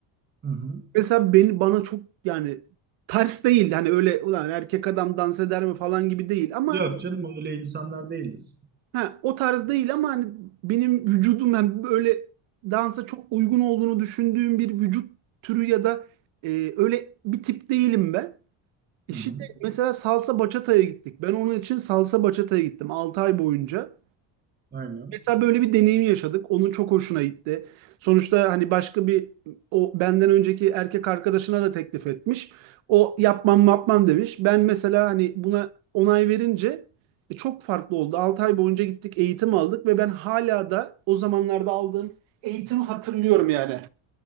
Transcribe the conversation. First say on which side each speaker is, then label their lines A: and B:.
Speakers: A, on the right; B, on the right.
A: Hı hı.
B: Mesela beni bana çok yani ters değil. Hani öyle ulan erkek adam dans eder mi falan gibi değil ama
A: Yok canım öyle insanlar değiliz.
B: Ha, o tarz değil ama hani benim vücudum yani böyle dansa çok uygun olduğunu düşündüğüm bir vücut türü ya da e, öyle bir tip değilim ben. E
A: Hı
B: şimdi
A: hı.
B: mesela salsa bachata'ya gittik. Ben onun için salsa bachata'ya gittim Altı ay boyunca.
A: Aynen.
B: Mesela böyle bir deneyim yaşadık. Onun çok hoşuna gitti. Sonuçta hani başka bir o benden önceki erkek arkadaşına da teklif etmiş. O yapmam yapmam demiş. Ben mesela hani buna onay verince e, çok farklı oldu. 6 ay boyunca gittik eğitim aldık ve ben hala da o zamanlarda aldığım eğitimi hatırlıyorum yani.